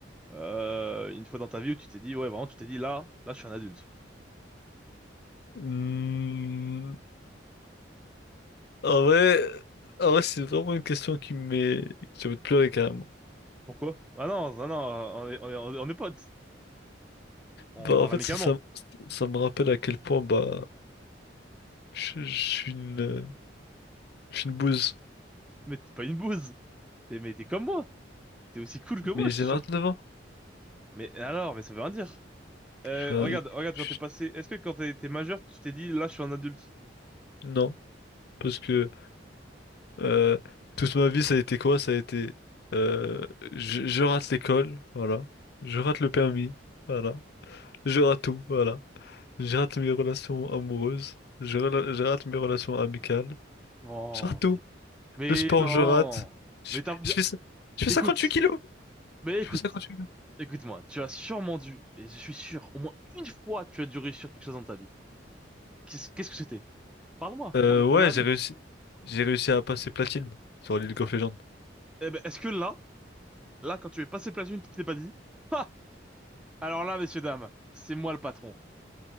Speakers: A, in the centre; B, on the left.
A: euh, une fois dans ta vie où tu t'es dit, ouais, vraiment, tu t'es dit, là, là, je suis un adulte.
B: Hmm, En vrai, en vrai, c'est vraiment une question qui me met... J'ai envie de pleurer carrément.
A: Pourquoi? Ah non, non, non, on est, on est, on est potes. On
B: Bah,
A: parle
B: en fait,
A: amicalement.
B: ça, ça, ça me rappelle à quel point bah, je, je suis une, je suis une bouse.
A: Mais t'es pas une bouse. T'es, mais t'es comme moi. T'es aussi cool que moi,
B: Mais
A: je
B: j'ai
A: suis sûr.
B: 29 ans.
A: Mais alors, mais ça veut rien dire. Euh,
B: Je suis un-
A: regarde, regarde,
B: je-
A: quand t'es passé, est-ce que quand t'es t'es majeur, tu t'es dit, là, je suis un adulte?
B: Non, parce que euh, toute ma vie, ça a été quoi? Ça a été euh, je, je rate l'école, voilà. Je rate le permis, voilà. Je rate tout, voilà. Je rate mes relations amoureuses. Je, rela- je rate mes relations amicales.
A: Bon,
B: Je rate tout.
A: mais, mais
B: Le sport,
A: non.
B: je rate. Je,
A: Mais t'as bien,
B: je fais ça. Je fais
A: écoute,
B: 58 kilos.
A: mais
B: Je
A: écoute.
B: fais 58 kilos.
A: Écoute-moi, tu as sûrement dû, et je suis sûr, au moins une fois, tu as dû réussir quelque chose dans ta vie. Qu'est-ce qu'est-ce que c'était? Parle-moi,
B: Euh,
A: on est,
B: ouais,
A: on est amis.
B: j'ai réussi. J'ai réussi à passer platine sur League of Legends.
A: Eh ben, est-ce que là, là, quand tu es passé platine, tu t'es pas dit, Ah! Alors là, messieurs, dames, c'est moi le patron.